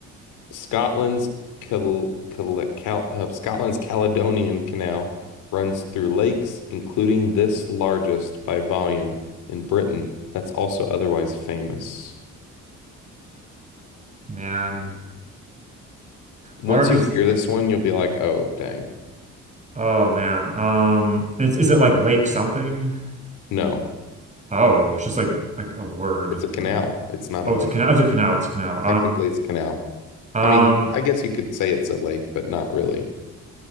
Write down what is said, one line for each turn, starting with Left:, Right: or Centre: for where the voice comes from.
Left: Scotland's Cal Cal Cal uh, Scotland's Caledonian Canal runs through lakes, including this largest by volume in Britain, that's also otherwise famous.
Right: Man.
Left: Once
Right: <laughs> Largest
Left: you hear this one, you'll be like, oh, dang.
Right: Oh man. Um, it's, is it like lake something?
Left: No,
Right: Oh, it's just like like a word,
Left: it's a canal.
Right: bro.
Left: It's not
Right: Oh,
Left: a lake.
Right: it's a canal. It's a canal. It's a canal.
Left: Technically, it's a canal.
Right: Um, um,
Left: I mean, I guess you could say it's a lake, but not really.